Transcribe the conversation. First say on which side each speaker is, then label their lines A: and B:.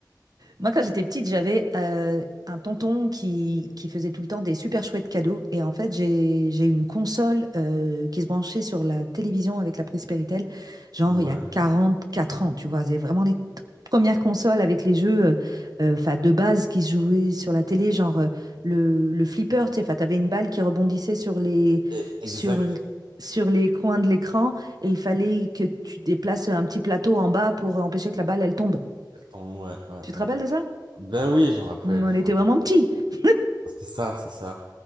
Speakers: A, on the right; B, on the right.
A: Moi, quand j'étais petite, j'avais euh, un tonton qui, qui faisait tout le temps des super chouettes cadeaux. Et en fait, j'ai, j'ai une console euh, qui se branchait sur la télévision avec la prise Péritel, genre
B: Ouais.
A: il y a 44 ans, tu vois. C'est vraiment les toutes premières consoles avec les jeux euh, euh, 'fin, de base qui se jouaient sur la télé, genre euh, le, le flipper, tu sais, tu avais une balle qui rebondissait sur les,
B: Et- Exact.
A: sur, sur les coins de l'écran et il fallait que tu déplaces un petit plateau en bas pour empêcher que la balle, elle tombe.
B: Attends, Ouais, ouais,
A: Tu te
B: ouais.
A: rappelles de ça?
B: Ben oui, je me rappelle,
A: On
B: je
A: était
B: me rappelle.
A: vraiment petits. <clears throat>
B: C'est ça, c'est ça.